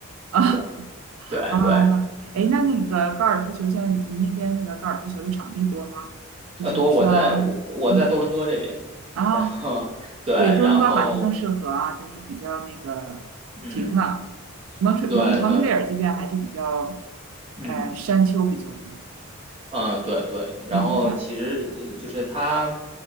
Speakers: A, on the right; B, on the right.
A: 啊
B: 对
A: <laughs>
B: 对对，
A: 啊！哎，那那个高尔夫球，像你那边那个高尔夫球的场地多吗？就是你需要，
B: 呃，多我在我我在多伦多这边，
A: 嗯啊，
B: 然后对，
A: 对，多伦多好像更适合啊，
B: 然后
A: 就是比较那个平了。
B: 嗯，
A: 蒙特蒙蒙特利尔这边还是比较，
B: 对对，嗯
A: 呃，山丘比较多。
B: 嗯对对，然后其实呃就是他。
A: 嗯，但